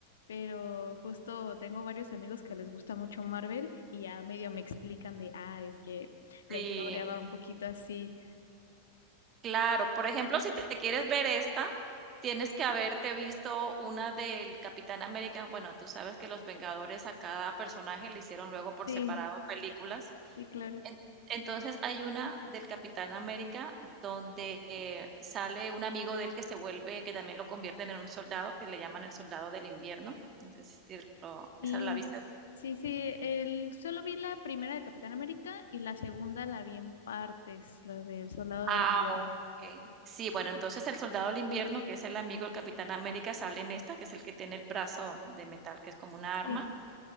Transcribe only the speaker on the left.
pero justo tengo varios amigos que les gusta mucho Marvel y ya medio me explican de, ah, es que la
historia va un poquito así.
Sí,
sí, claro.
Sí,
sí, sí, el, solo vi la primera de Capitán América y la segunda la vi en partes, la del Soldado
del Invierno.
Sí.